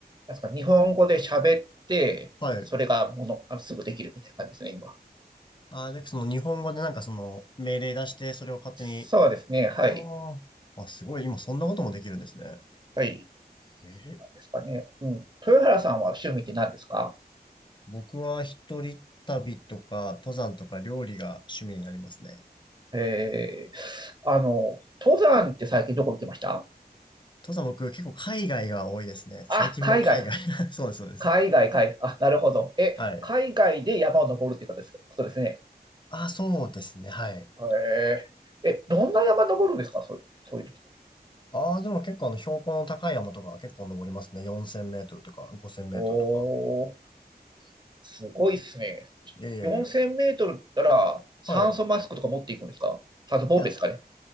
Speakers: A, on the right; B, on the left.
A: なんですか、日本語で喋って、
B: はい。
A: それがもの、あの、すぐできるみたいな感じですね、今。
B: あ、で、その日本語でなんかその命令出して、それを勝手に
A: そうですね、はい。
B: ああ、あ、すごい、今そんなこともできるんですね。
A: はい。
B: えーえ
A: なんですかね。うん。豊原さんは趣味って何ですか
B: 僕は一人旅とか、登山とか料理が趣味になりますね。
A: えー、あの、登山って最近どこ行ってました
B: 登山僕結構海外が多いですね。最近も海外。
A: あ、海外。
B: <laughs> そうです、そうです。
A: 海外、海外、あ、なるほど。え、
B: はい。
A: 海外で山を登るっていうことですか、ことですね。
B: あ、そうですね、はい。
A: へえ。え、どんな山登るんですか、そういう、そういう時って。
B: ああ、でも結構あの標高の高い山とか結構登りますね。4000メートルとか5000メートルとか。
A: おー、すごいっすね。
B: いやいやいや。
A: 4000メートルったら酸素マスクとか持っていくんですか酸素ボンベですかね。
B: はい。いや、